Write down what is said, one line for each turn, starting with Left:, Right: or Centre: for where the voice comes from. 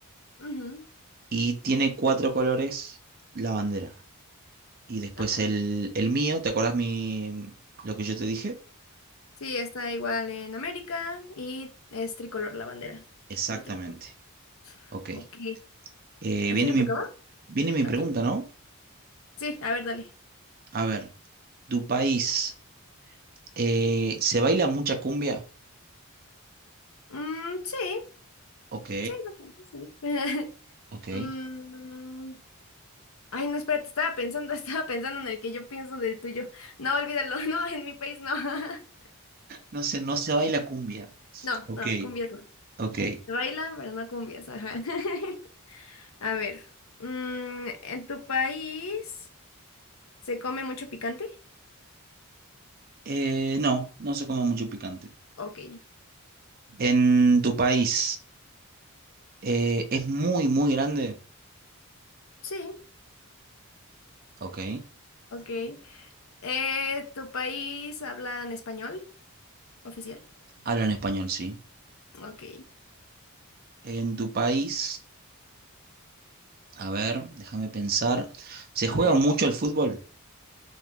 Left: Ujú,
Right: y tiene cuatro colores la bandera. Y después
Left: Ajá.
Right: el, el mío, ¿te acuerdas mi, lo que yo te dije?
Left: Sí, está igual en América y es tricolor la bandera.
Right: Exactamente.
Left: Tiene tres colores.
Right: Ok.
Left: Ok.
Right: Eh,
Left: ¿A
Right: viene
Left: quién
Right: mi,
Left: le tocaba?
Right: viene mi
Left: ¿A
Right: pregunta,
Left: ti?
Right: ¿no?
Left: Sí, a ver, dale.
Right: A ver, ¿tu país eh, se baila mucha cumbia?
Left: Mm, sí,
Right: Ok,
Left: sí, bastante, sí. <laughs>
Right: ok.
Left: Mm, ay, no, espérate, estaba pensando, <laughs> estaba pensando en el que yo pienso del tuyo. No, olvídalo, <laughs> no, en mi país no. <laughs>
Right: No se, no se baila cumbia.
Left: No,
Right: Ok,
Left: no, cumbias no.
Right: ok.
Left: Se baila, pero no cumbias, ajá. <laughs> A ver, mm, ¿en tu país se come mucho picante?
Right: Eh, no, no se come mucho picante.
Left: Ok,
Right: En tu país, eh, ¿es muy, muy grande?
Left: sí,
Right: Ok.
Left: ok. Eh, ¿tu país habla en español oficial?
Right: Hablan español, sí.
Left: Ok,
Right: En tu país, a ver, déjame pensar. ¿Se
Left: a
Right: juega
Left: ver.
Right: mucho el fútbol?